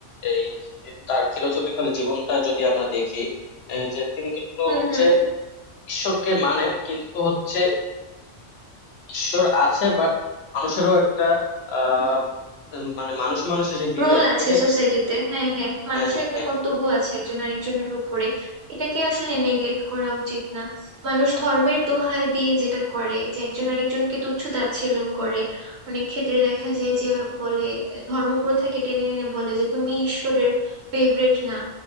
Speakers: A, on the left (about 60°); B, on the right (about 60°).
A: এই তার ফিলোসফিক্যাল জীবনটা যদি আমরা দেখি আহ, যে তিনি কিন্তু
B: হুম
A: হচ্ছে
B: হুম
A: ঈশ্বরকে মানেন কিন্তু হচ্ছে ঈশ্বর আছে বাট মানুষেরও একটা আহ উম, মানে মানুষে মানুষে যে বিভেদ
B: রোল আছে
A: এটা
B: সোসাইটিতে হ্যাঁ হ্যাঁ মানুষের
A: হ্যাঁ
B: একটা
A: হ্যাঁ
B: কর্তব্য আছে একজন আরেকজনের উপরে এটাকে আসলে নেগলেক্ট করা উচিত না মানুষ ধর্মের দোহাই দিয়ে যেটা করে যে একজন আরেকজনকে তুচ্ছ তাচ্ছিল্য করে অনেক ক্ষেত্রে দেখা যায় যে বলে ধর্ম প্রথাকে টেনে এনে বলে যে তুমি ঈশ্বরের ফেভারিট না